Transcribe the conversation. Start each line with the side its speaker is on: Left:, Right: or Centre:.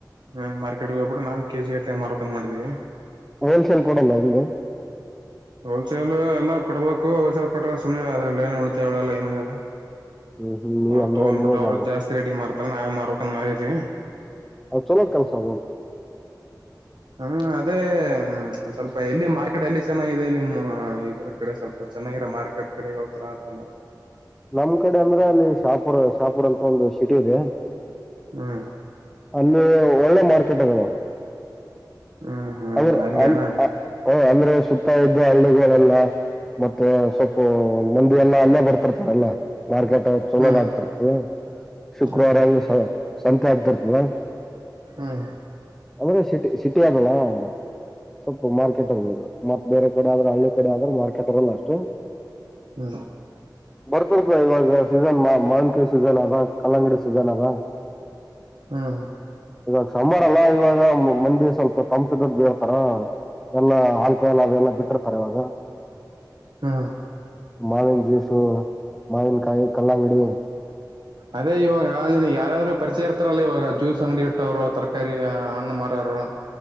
Right: ಹ್ ಮಾರ್ಕೆಟಗೋಗಬಿು ನಾವು ಕೆ ಜಿ ಎಟ್ ಎಮ ಆರ್ ಅ್ ಮಾಡಿದ್ದೀವಿ
Centre: ಹೋಲ್ಸೇಲ್ ಕೊಡಲ್ಲ ಹಿಗೆ
Right: ಹೋಲ್ಸೇಲ್ ಎಲ್ಲ ಕೊಡ್ಬೇಕು ಹೋಲ್ಸೇಲ್ ಕೊಟ್ರೆ ಸುಮ್ಮ್ನೆ ಅದ್ರಲ್ಲಿ ಏನು ಉಳಿತ ಉಳಿಯಲ್ಲ ಏನು ಉಳಿಯಲ್ಲ
Centre: ಹ್ಮ್ ಹ್ಮ್ ನೀವ್
Right: ಅವರು
Centre: ಅಂದ್ರೆ
Right: ತೊಗೊಂಡ್ಬಿಟ್ಟು
Centre: ನೀವೇ
Right: ಅವರು
Centre: ಮಾಡ್ಬೇಕು
Right: ಜಾಸ್ತಿ ರೇಟಿಂಗ್ ಮಾಡ್ತಾರ ನಾವೇ ಮಾರ್ಕಂದ ಮಾರಿದವಿ
Centre: ಅ ಚಲೋ ಕಲ್ಸಾವನ್
Right: ಹ್ಮ್ ಅದೇ್ಮ ಸ್ವಲ್ಪ ಎಲ್ಲಿ ಮಾರ್ಕೆಟ್ ಎಲ್ಲಿ ಚೆನ್ನಾಗಿದೆ ನಿಮ್ಮ್ ಇದ್ರ ಕಡೆ ಸ್ವಲ್ಪ ಚೆನ್ನಾಗಿರೋ ಮಾರ್ಕೆಟ್ ಕಡೆ ಹೇಳ್ತೀರಾ ಅಂತಂದ್ರ
Centre: ನಮ್ ಕಡೆ ಅಂದ್ರೆ ಅಲ್ಲಿ ಶಾಪುರ್ ಶಾಪುರ್ ಅಂತ ಒಂದು ಸಿಟಿ ಇದೆ.
Right: ಹ್ಮ್
Centre: ಅಲ್ಲಿ ಒಳ್ಳೆ ಮಾರ್ಕೆಟ್ ಅದ ನೋಡಿ
Right: ಹ್ಮ್ ಹ್ಮ್
Centre: ಅ್ರ
Right: ಅಲ್ಲಿಯ
Centre: ಹ ಅಂದ್ರೆ ಸುತ್ತ ಇದ್ದು ಹಳ್ಳಿಗಳೆಲ್ಲ ಮತ್ತೆ ಸ್ವಲ್ಪ ಮಂದಿ ಎಲ್ಲಾ ಅಲ್ಲ ಬರ್ತ ತಿರ್ತಾರಲ್ಲ ಮಾರ್ಕೆಟ್ ಚಲೋದ
Right: ಹ್ಮ್
Centre: ಆಗ್ತಿರ್ತದೆ ಶುಕ್ರವಾರ
Right: ಹ್ಮ್
Centre: ಸಂತೆ ಹಗ್ತರ್ದವಾ
Right: ಹ್ಮ್
Centre: ಅ ಸಿಟ್ಟಿ ಸಿಟಿಯ ಆದ ಆದಲ್ಲಾ ಸ್ವಲ್ಪ ಮಾರ್ಕೆಟರ್ ಮ ಬೇರೆ ಕಡೆ ಆದ್ರೆ ಹಳ್ಳಿ ಕಡೆ ಆದ್ರೆ ಮಾರ್ಕೆಟರ್ ಅಲ್ಲ ಅಷ್ಟು
Right: ಹ್ಮ
Centre: ಬರ್ತರ್ತ ಇವಾಗ ಸೀಸನ್ ಮಾ ಮಾನ್ಕಾಯಿ ಸೀಸನ್ ಅದ ಕಲ್ಲಂಗಡಿ ಸೀಸನ್ ಅದ
Right: ಹ್ಮ್
Centre: ಇವಾಗ ಸಾರ ಅಲ್ಲ ಇವಾಗ ಮಂದ ಸ್ವಲ್ಪ ತಂಪಿದ್ದ ಬೀಳ್ತಾರ ಎಲ್ಲ ಆಲ್ಕೋಹಾಲ್ ಅದೆಲ್ಲ ಬಿಟ್ಟಿರ್ತಾರೆ ಇವಾಗ
Right: ಹ್ಮ್
Centre: ಮಾವಿನ ಜ್ಯೂಸ್ ಮಾವನ್ಕಾಯಿ ಕಲ್ಲಾಂಗಡಿ
Right: ಅದೇ ಇವಾಗ ನಿಿನಗ್ ಯಾರಾದ್ರು ಪರಿಚಯ ಇರ್ತಾರಲ್ಲ ಇವಾಗ ಜ್ಯೂಸ್ ಅಂಗಡಿ ಇಟ್ಟವ್ರು ತರಕಾರಿ ಹಣ್ಣು ಮಾರೋರು